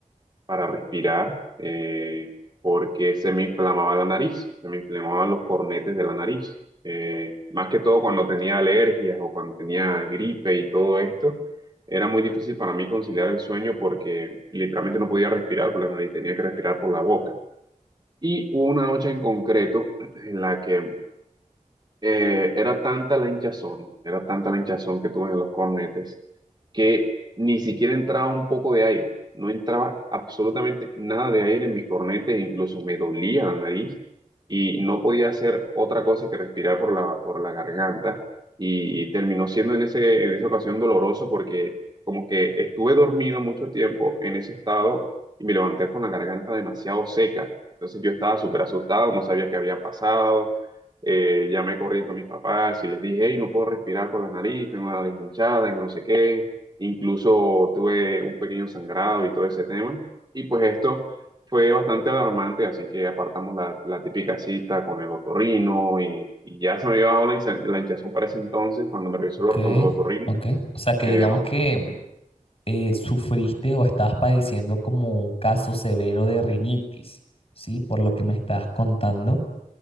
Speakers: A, on the right; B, on the left.
A: para respirar eh, porque se me inflamaba la nariz, se me inflamaban los cornetes de la nariz. Eh, más que todo cuando tenía alergias o cuando tenía gripe y todo esto, era muy difícil para mí conciliar el sueño porque literalmente no podía respirar por la nariz, tenía que respirar por la boca. Y hubo una noche en concreto <clears throat> en la que eh, era tanta la hinchazón, era tanta la hinchazón que tuve en los cornetes, que ni siquiera entraba un poco de aire, no entraba absolutamente nada de aire en mi cornete, incluso me dolía la nariz y no podía hacer otra cosa que respirar por la, por la garganta y terminó siendo en ese, en esa ocasión doloroso porque como que estuve dormido mucho tiempo en ese estado y me levanté con la garganta demasiado seca. Entonces yo estaba súper asustado, no sabía qué había pasado eh, llamé corriendo a mis papás y les dije, hey, no puedo respirar por la nariz, tengo la nariz hinchada, no sé qué. Incluso tuve un pequeño sangrado y todo ese tema. Y pues esto fue bastante alarmante, así que apartamos la, la típica cita con el otorrino y, y ya se me había bajado la, hincha- la hinchazón para ese entonces cuando me revisó
B: Ok,
A: el, or- el otorrino,
B: ok. O sea que
A: pero...
B: digamos que
A: mm,
B: eh, sufriste o estabas padeciendo como un caso severo de rinitis, ¿sí? Por lo que me estás contando.